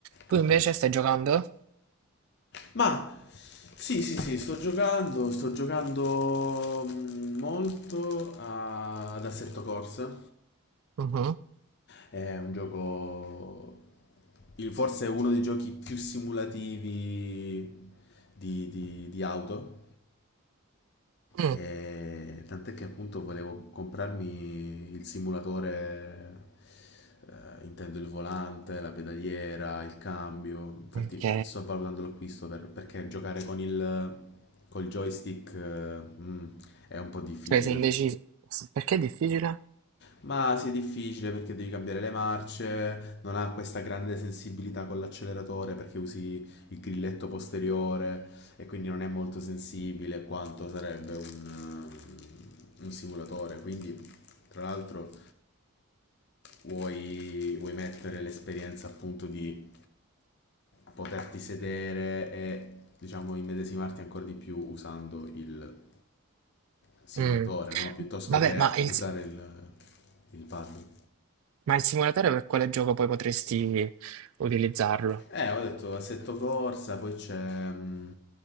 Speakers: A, on the right; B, on the left.
A: Tu
B: Ok.
A: invece stai giocando?
B: Ma sì, sì, sì, sto giocando, sto giocando mm, molto a- ad Assetto Corsa.
A: Mhm.
B: È un gioco il- forse è uno dei giochi più simulativi di, di- di auto.
A: Mm.
B: E tant'è che appunto volevo comprarmi il simulatore, eh, intendo il volante, la pedaliera, il cambio. Infatti
A: Ok,
B: sto valutando l'acquisto per- perché giocare con il col joystick, eh, mm, è un po' difficile.
A: cioè sei indeciso. Perché è difficile?
B: Ma sì, è difficile perché devi cambiare le marce, non ha questa grande sensibilità con l'acceleratore perché usi il grilletto posteriore e quindi non è molto sensibile quanto sarebbe un, eh, un simulatore. Quindi, tra l'altro, vuoi, vuoi mettere l'esperienza appunto di poterti sedere e diciamo immedesimarti ancora di più usando il simulatore,
A: Mm.
B: no? Piuttosto
A: Vabbè,
B: che
A: ma il,
B: usare
A: si-
B: il, il pad.
A: ma il simulatore per quale gioco poi potresti utilizzarlo?
B: Eh, ho detto Assetto Corsa, poi c'è mm,